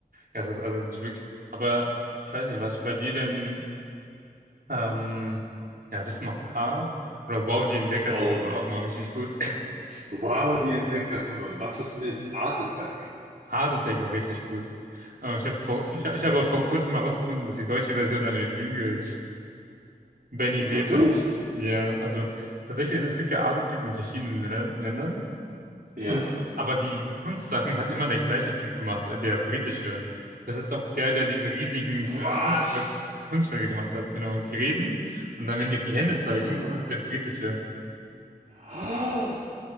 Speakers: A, on the right; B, on the right.
A: ja, das, also das ist wirklich. Aber ich weiß nicht, was bei dir denn ähm, ja Wissen macht A oder Wow, die Entdeckerzone
B: Oh mein
A: war auch
B: Gott.
A: immer richtig gut.
B: Wow, die Entdeckerzone. Was ist mit Art Attack?
A: <laughs> Hard Attack war richtig gut. Äh, ich habe vor, ich, hab- ich habe vor kurzem mal herausgefunden, dass die deutsche Version eine Lüge ist. Benny
B: Wirklich?
A: Weber. Ja, also tatsächlich, es gibt ja Art-Artikel in verschiedenen Lä- Ländern.
B: Ja.
A: Und, aber die Kunstsachen hat immer der gleiche Typ gemacht, der, der britische. Das ist auch der, der diese riesigen äh,
B: Was?
A: Kunstwerk, Kunstwerke gemacht hat, genau. Die reden und dann, wenn die auf die Hände zeigen,
B: Niemals.
A: ist es der britische.
B: Ah,